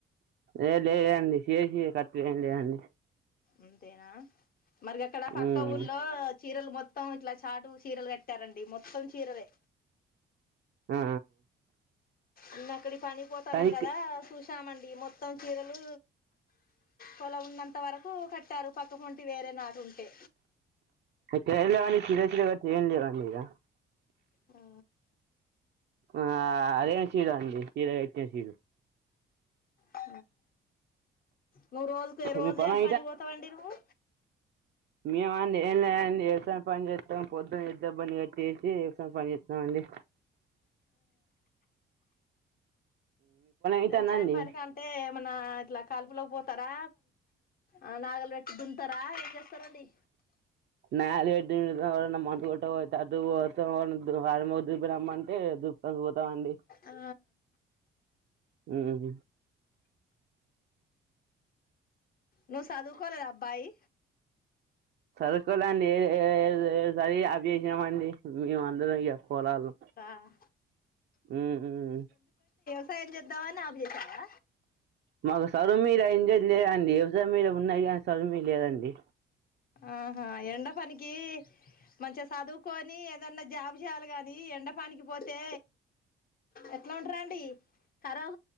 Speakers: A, on the right; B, on the left.
A: ఏ లేదండి చేసి కట్టేయం లేదండి
B: అంతేనా మరిగ అక్కడ పక్క
A: మ్మ్.
B: ఊర్లో చీరలు మొత్తం ఇట్లా చాటు చీరలు కట్టారండి మొత్తం చీరలే
A: ఆ
B: ఇంగా అక్కడి పనిపోతాన్నాం
A: కానీ ఇక్-
B: కదా చూసామండి మొత్తం చీరలు పొలం ఉన్నంత వరకు కట్టారు పక్క వంటి వేరే నాటి ఉంటే
A: ఇక్కడ ఏం లేవండి చీర చీర కట్టి ఏం లేవండి ఇక
B: ఆ
A: ఆ అదేం చీరలు అండి ఇడా కట్టినా <inaudible>
B: ఆ నువ్వు రోజుకు ఏ రోజు
A: మీ పొలం
B: ఏం పని పోతావండి నువ్వు
A: మేమా అండి ఏం లేదండి <unintelligible> పని చేస్తాం పొద్దునా అయితే బండి <inaudible> చేసి సంపాదిస్తామండి అవుతానండి
B: వ్యవచాయం పనికి అంటే ఏమన్నా ఇట్లా కల్పుిలకి పోతారా ఆ నాగలి దుంటారా ఏం చేస్తారంండి
A: నాలు పెట్టి ఎవరన్నా మందు కొట్టాపోతే అటు అటూ అ వారంమో దులిపి రామంటే దుల్పుతందూ పోతమండి
B: ఆ
A: ఉమ్
B: నువ్ సాధుకోలేదా అబ్బాయి
A: సరుకోలే అండి ఏ ఏడ్ ఏడు చదవి అప్ జేసినమండి మేము అందరం ఇగ పొలాలు
B: ఆహ్
A: ఉమ్
B: వ్యవసాయం చేద్దాం అని అప్ చేసావా
A: మాకు సదువు మీద ఎంజ్లేదండి వ్యవసాయం మీద ఉన్నాది కానీ సదువు మీద లేదండి
B: ఆహా ఎండ పనికి మంచిగా సదువుకొని ఏదన్నా జాబు చేయాలి గాని ఎండపానికి పోతే ఎట్లా ఉంటరా అండి కరా